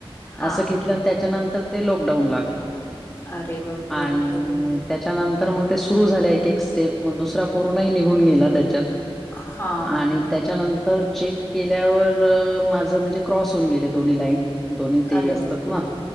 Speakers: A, on the left; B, in the centre.
A: हा
B: असं घेतलं
A: हा
B: त्याच्यानंतर-
A: हा.
B: ते लॉकडाऊन लागलं.
A: अरे बाप
B: आणि
A: रे हो.
B: त्याच्यानंतर मग ते सुरु झाल्या एक एक स्टेप. मग दुसरा कोरोनाही निघून गेला त्याच्यात.
A: हां
B: आणि त्याच्यानंत
A: हां.
B: तर चेक केल्यावर माझं म्हणजे क्रॉस होऊन गेले दोन्ही लाईन. दोन्ही ते
A: अरे
B: असतात
A: बाप रे
B: ना